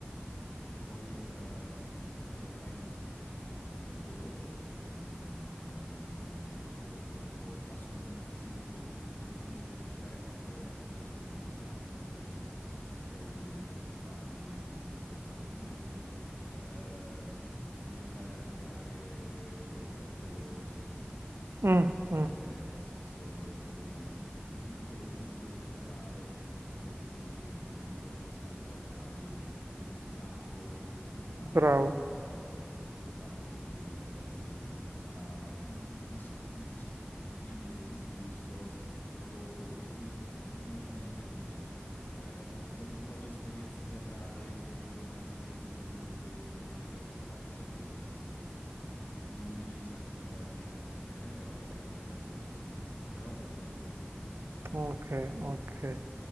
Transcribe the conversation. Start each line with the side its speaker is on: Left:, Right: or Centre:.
Left: perché poi ehm, queste realtà iniziano anche a comunicare fra di loro, eh, giustamente fanno anche un po' rete. Eh, ti dico assolutamente sì, questo, richi- questo rischio c'è, è un rischio molto grande, è un rischio che, s- che è uno dei principali in una situazione del genere, ehm, di andare a creare un po' un effetto setta.
Right: Mm,
Left: Cioè,
Right: mm,
Left: nel senso, come dire, un un piccolo culto teatrale che si rinchiude nelle sale teatrali con un capo e questo capo,
Right: bravo,
Left: eh, e questo capo, come dire, eh, diventa in- indis- indiscutibile, indiscusso, sì. Questo, questo rischio c'è. Fortunatamente, come dire, eh, dopo un po' di esperienza teatrale iniziano a essere immediatamente evidenti le realtà che soffrono di questo problema. Quindi uno inizia anche un po' a discernere, è una roba che arriva con l'esperienza, però questo rischio c'è, assolutamente.
Right: ok, ok.